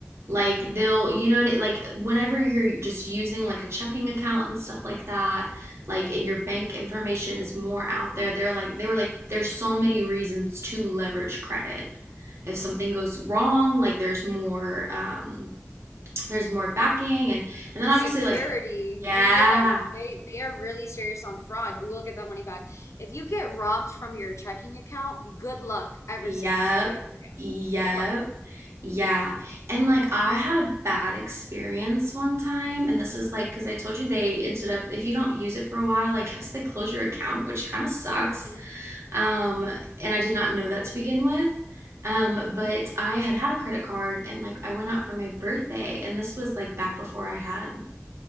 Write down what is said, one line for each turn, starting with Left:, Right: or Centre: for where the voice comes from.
Right: like they'll, you know, like whenever you're just using like a checking account and stuff like that, like and your bank information is more out there, they're like they were like there's so many reasons to leverage credit. If something goes wrong, like there's more um there's more backing and and then
Left: Security,
Right: obviously like yeah,
Left: and you get that they they are really serious on fraud. You will get that money back. If you get robbed from your checking account, good luck ever
Right: Yep.
Left: seeing that money ever again.
Right: Yep.
Left: Good luck.
Right: Yeah. And like I had a bad experience one time and this is like because I told you they ended up if you don't use it for a while, I guess they close your account, which kind of sucks.
Left: Mm-hmm.
Right: Um and I did not know that to begin with. Um but I had had a credit card and like I went out for my birthday and this was like back before I had